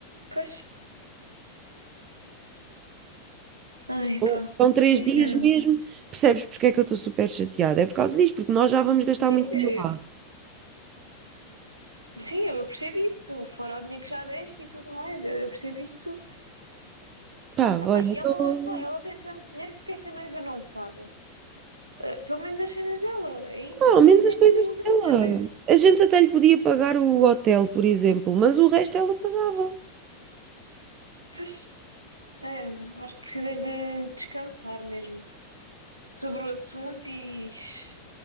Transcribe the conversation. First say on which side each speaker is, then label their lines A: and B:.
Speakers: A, on the right (about 85°); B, on the right (about 30°).
A: Pois, ai
B: São
A: pá,
B: são três
A: isso
B: dias
A: é mesmo.
B: mesmo. Percebes porque é que eu estou super chateada? É por causa disso, porque nós já vamos gastar muito dinheiro
A: É,
B: lá.
A: Sim, eu percebo isso, fora o dinheiro que já deste e tudo mais, eu, eu percebo isso tudo.
B: Pá,
A: Ah
B: olha,
A: pá, e ela
B: tô...
A: lá está, ela tem tanto dinheiro, porque é que a noiva não paga? Ah, pelo menos as cenas dela, é isso,
B: Ah, ao menos
A: isso
B: as
A: é
B: coisas
A: que me intriga,
B: dela.
A: não é?
B: A gente até lhe podia pagar o hotel, por exemplo, mas o resto ela pagava.
A: Pois, ai, olha, acho que precisas de descansar mesmo sobre o assunto e isto